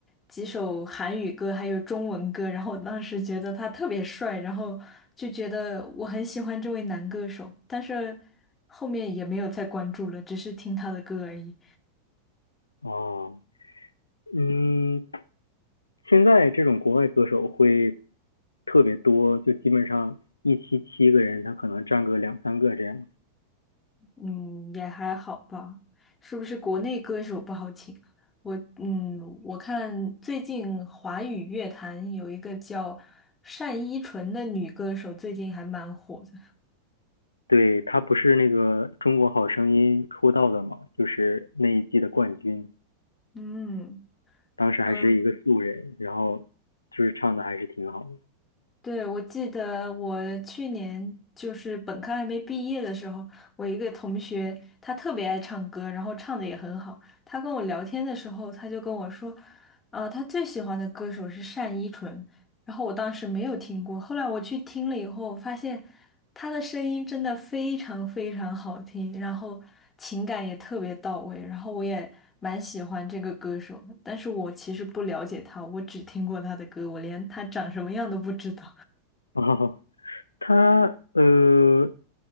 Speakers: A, on the left; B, on the left.
A: 几首韩语歌，还有中文歌，然后我当时觉得他特别帅，然后就觉得我很喜欢这位男歌手，但是后面也没有再关注了，只是听他的歌而已。
B: 哦，嗯，现在这种国外歌手会特别多，就基本上一期七个人，他可能占个两三个这样。
A: 嗯，也还好吧。是不是国内歌手不好请？我嗯，我看最近华语乐坛有一个叫单依纯的女歌手，最近还蛮火的。
B: 对，他不是那个《中国好声音》出道的嘛，就是那一季的冠军，
A: 嗯。
B: 当时还是一个素人，
A: 嗯。
B: 然后就是唱的还是挺好的。
A: 对，我记得我去年就是本科还没毕业的时候，我一个同学他特别爱唱歌，然后唱的也很好。他跟我聊天的时候，他就跟我说，啊、他最喜欢的歌手是单依纯。然后我当时没有听过，后来我去听了以后，发现他的声音真的非常非常好听，然后情感也特别到位，然后我也蛮喜欢这个歌手的。但是我其实不了解他，我只听过他的歌，我连他长什么样都不知道。
B: <laughs> 啊，他呃，